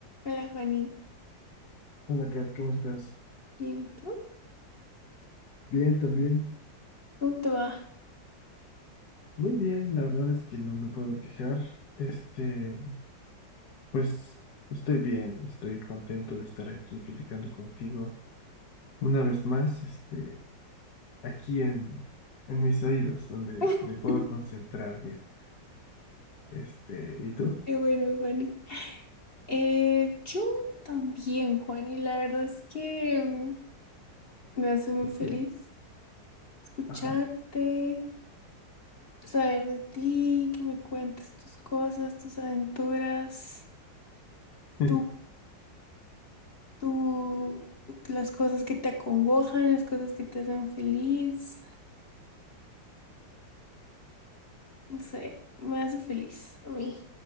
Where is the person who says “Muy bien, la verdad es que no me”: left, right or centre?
Left